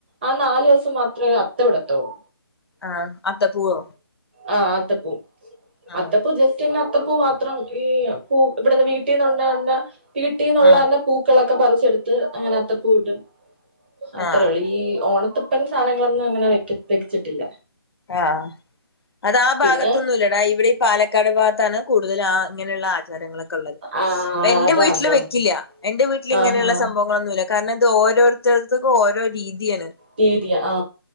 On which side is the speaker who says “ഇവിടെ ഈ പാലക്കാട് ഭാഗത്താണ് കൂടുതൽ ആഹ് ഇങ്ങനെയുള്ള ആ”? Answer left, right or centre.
Left